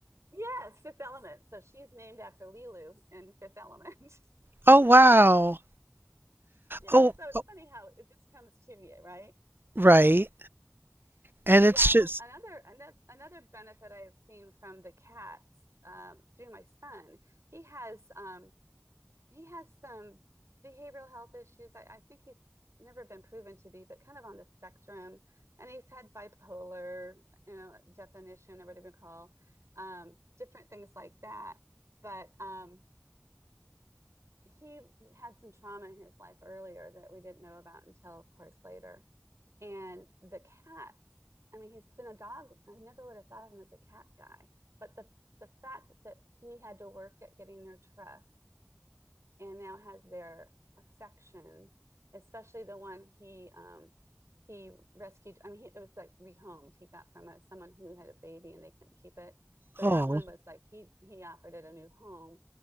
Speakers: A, on the right (about 85°); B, on the right (about 50°).
A: yes, Fifth Element. So she's named after Lilu in Fifth Element. <laughs>
B: Oh wow.
A: yeah,
B: Oh,
A: so it's
B: oh,
A: funny how it just comes to you, right?
B: right. And it's
A: Yeah,
B: just
A: what another another another benefit I have seen from the cats um, through my son, he has um, he has some behavioral health issues. I, I think he's never been proven to be, but kind of on the spectrum, and he's had bipolar, you know, definition or whatever you call um, different things like that. But um, he had some trauma in his life earlier that we didn't know about until, of course, later. And the cats, I mean, he's been a dog. I never would have thought of him as a cat guy, but the the fact that he had to work at getting their trust and now has their affection, especially the one he um, he rescued. I mean, he, it was like rehomed. He got from a, someone who had a baby and they couldn't keep it. So
B: oh.
A: that one was like he he offered it a new home,